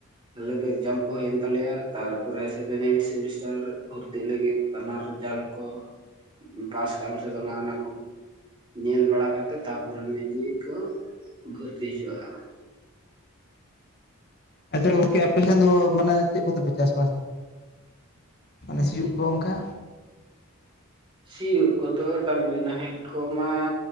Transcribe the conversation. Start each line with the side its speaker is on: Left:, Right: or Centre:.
Right: ᱟᱞᱮ ᱫᱚ ᱮᱠᱡᱟᱢ ᱠᱚ ᱦᱩᱭᱮᱱ ᱛᱟᱞᱮᱭᱟ ᱛᱟᱨᱯᱚᱨᱮ ᱥᱮᱵᱷᱮᱱ ᱮᱭᱤᱴ ᱥᱮᱢᱤᱥᱴᱟᱨ ᱠᱚ ᱛᱤ ᱞᱟᱹᱜᱤᱫ ᱵᱟᱱᱟᱨ ᱨᱮᱡᱟᱞᱴ ᱠᱚ ᱯᱟᱥ ᱠᱟᱜ ᱟᱢ ᱥᱮ ᱵᱟᱝᱟ ᱚᱱᱟ ᱠᱚ ᱧᱮᱞ ᱵᱟᱲᱟ ᱠᱟᱛᱮᱜ ᱛᱟᱯᱚᱨᱮ ᱱᱤᱡᱮ ᱠᱚ ᱵᱷᱚᱨᱛᱤ ᱦᱚᱪᱚᱼᱟ᱾
Left: ᱟᱪᱪᱷᱟ ᱜᱚᱝᱠᱮ ᱟᱯᱮᱥᱮᱱ ᱫᱚ ᱢᱟᱱᱮ ᱪᱮᱫ ᱠᱚᱛᱮᱯᱮ ᱪᱟᱥ ᱵᱟᱥ ᱜᱮᱭᱟ? ᱢᱟᱱᱮ ᱥᱤᱭᱩᱜ ᱠᱚ ᱳᱝᱠᱟ᱾
Right: ᱥᱤᱭᱩᱜ ᱠᱚᱫᱚ ᱰᱟᱝᱜᱽᱨᱤ ᱱᱟᱦᱮᱞ ᱠᱚᱢᱟ